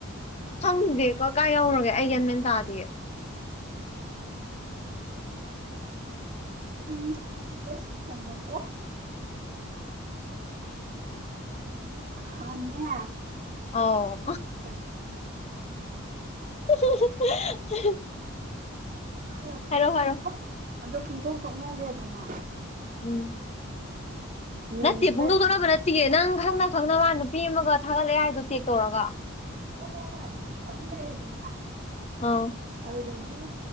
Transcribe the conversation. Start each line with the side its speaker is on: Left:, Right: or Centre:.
Left: ꯈꯪꯗꯦꯀꯣ ꯀꯥꯏ ꯌꯧꯔꯒꯦ ꯑꯩ ꯌꯦꯟ ꯃꯦꯟ ꯇꯥꯗꯤꯌꯦ
Right: ꯑꯩ ꯗ꯭ꯔꯦꯁ ꯍꯣꯡꯉꯦꯀꯣ ꯍꯥꯅꯦ
Left: ꯑꯧ
Right: ꯀꯩꯅꯣ
Left: <inaudible>
Right: ꯀꯥꯏ ꯌꯧꯒꯒꯦ
Left: ꯍꯥꯏꯔꯣ ꯍꯥꯏꯔꯣ
Right: ꯑꯣ ꯑꯗꯨ ꯄꯨꯡꯇꯣꯛ ꯇꯣꯛꯅꯈ꯭ꯔꯦꯗꯅ
Left: ꯎꯝ
Right: ꯃꯦꯁꯤꯗ
Left: ꯅꯠꯇꯦ ꯄꯨꯡꯗꯣꯛꯇꯣꯛꯅꯕ ꯅꯠꯇꯦ ꯅꯪ ꯈꯪꯅ ꯈꯪꯅ ꯃꯥ ꯅꯨꯄꯤ ꯑꯃꯒ ꯊꯥꯒꯠꯂꯛꯑꯦ ꯍꯥꯏꯗꯨ ꯇꯦꯛ ꯇꯧꯔꯒ
Right: ꯍꯣꯏ ꯍꯣ ꯍꯣꯏ ꯑꯗꯨ ꯂꯩꯔꯦꯗꯅ
Left: ꯑꯧ
Right: ꯑꯗꯨꯗꯒꯤ